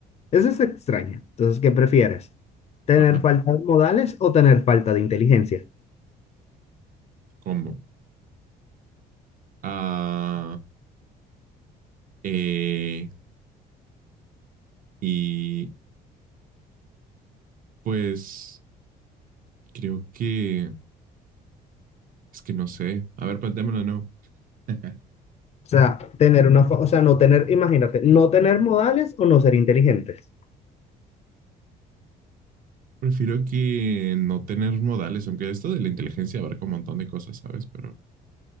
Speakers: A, on the left; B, on the right.
A: esta es extraña. Entonces, ¿qué prefieres? ¿Tener
B: Ajá,
A: falta de modales o tener falta de inteligencia?
B: combo. Ah, eh, y pues creo que es que no sé. A ver, planteámoslo de nuevo. <laughs>
A: O sea, tener una, fa- o sea, no tener, imagínate, no tener modales o no ser inteligentes.
B: Prefiero que no tener modales, aunque esto de la inteligencia abarca un montón de cosas, ¿sabes? Pero,